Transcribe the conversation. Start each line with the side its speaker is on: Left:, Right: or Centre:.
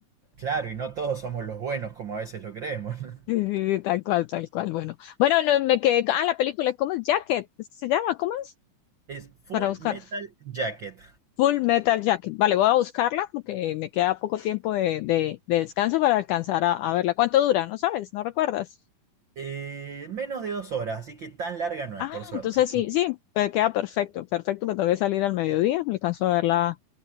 Right: Claro, y no todos somos los buenos como a veces lo creemos. <laughs>
Left: Sí, sí, sí, tal cual, tal cual. Bueno, bueno, no, me quedé. Ah, la película, ¿cómo es? Jacket, ¿se llama? ¿Cómo es?
Right: Es Full
Left: Para buscar.
Right: Metal Jacket.
Left: Full Metal Jacket. Vale, voy a buscarla porque me queda poco tiempo de, de, de descanso para alcanzar a, a verla. ¿Cuánto dura? No sabes, no recuerdas.
Right: Eh, menos de dos horas, así que tan larga no
Left: Ah,
Right: es, por suerte.
Left: entonces sí,
Right: <laughs>
Left: sí, me queda perfecto, perfecto. Me tengo que salir al mediodía. Alcanzo a verla.